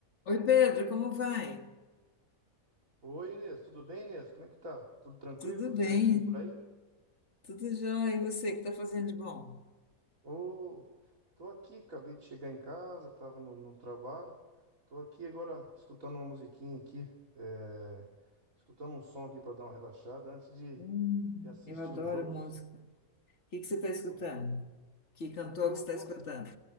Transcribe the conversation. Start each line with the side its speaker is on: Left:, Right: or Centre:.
Left: Oi Pedro, como vai?
Right: Oi, Inês, tudo bem, Inês? Como é que tá? Tudo tranquilo,
Left: Tudo
Right: tudo
Left: bem,
Right: certinho por aí?
Left: tudo jóia. E você, que está fazendo de bom?
Right: Ô, tô aqui, acabei de chegar em casa, tava no, no trabalho. Tô aqui agora escutando uma musiquinha aqui, é, escutando um som aqui pra dar uma relaxada antes de,
Left: Hum,
Right: de assistir
Left: eu adoro
Right: os jogos.
Left: música. O que que você está escutando?
Right: Tô-
Left: Que cantor
Right: Eu tô,
Left: que você
Right: eu
Left: está
Right: gosto,
Left: escutando?